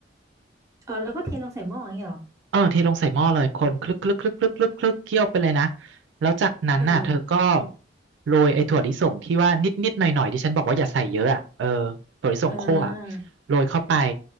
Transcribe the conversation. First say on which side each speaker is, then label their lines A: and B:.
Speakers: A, on the right; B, on the right.
A: อ๋อแล้วก็เทลงใส่หม้ออย่างงี้เหรอ
B: เออเทลงใส่หม้อเลย คนคลึกคลึกคลึกคลึกคลึกคลึกเคี่ยวไปเลยนะ แล้วจากนั้นน่ะเธอก็
A: เออ
B: โรยไอ้ถั่วลิสงที่ว่านิดนิดหน่อยหน่อยๆที่ฉันบอกว่าอย่าใส่เยอะอ่ะเออถั่วลิสงคั่ว
A: เอออ่า
B: โรยเข้าไป